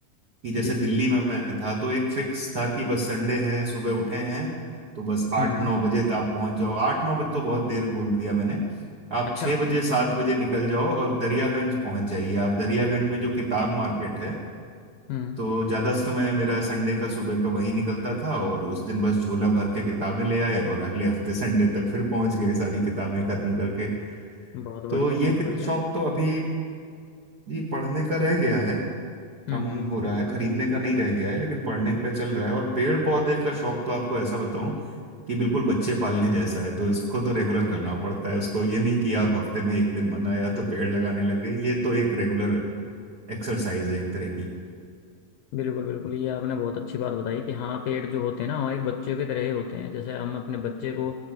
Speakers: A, on the right; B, on the left.
A: कि जैसे
B: जी
A: दिल्ली
B: जी
A: में मैं था तो एक फिक्स था कि बस संडे है सुबह उठे हैं तो बस आठ
B: हम्म
A: नौ बजे तक आप पहुंच जाओ आठ नौ बजे तो बहुत देर बोल दिया मैंने आप
B: अच्छा
A: छः बजे सात बजे निकल जाओ और दरियागंज पहुंच जाइए आप दरियागंज में जो किताब मार्केट है
B: हम्म
A: तो ज़्यादा समय मेरा संडे का सुबह का वही निकलता था और उस दिन बस झोला भर के किताबें ले आए और अगले हफ्ते संडे तक फिर पहुंच गए सारी किताबें खत्म करके
B: बहुत बढ़िया
A: तो ये
B: बहुत
A: कि-
B: बढ़िया
A: शौक तो अभी जी पढ़ने का रह गया है
B: हम्म
A: कम
B: हम्म
A: हो रहा है खरीदने का नहीं रह गया है लेकिन पढ़ने का चल रहा है और पेड़ पौधे का शौक तो आपको ऐसा बताऊं कि बिल्कुल बच्चे पालने जैसा है तो इसको तो रेगुलर करना पड़ता है उसको ये नहीं कि आप हफ्ते में एक दिन मन आया तो पेड़ लगाने लगे ये तो एक रेगुलर एक्सरसाइज है एक तरह की
B: बिल्कुल बिल्कुल ये आपने बहुत अच्छी बात बताई कि हाँ पेड़ जो होते हैं ना हमारे एक बच्चे की तरह ही होते हैं जैसे हम अपने बच्चे को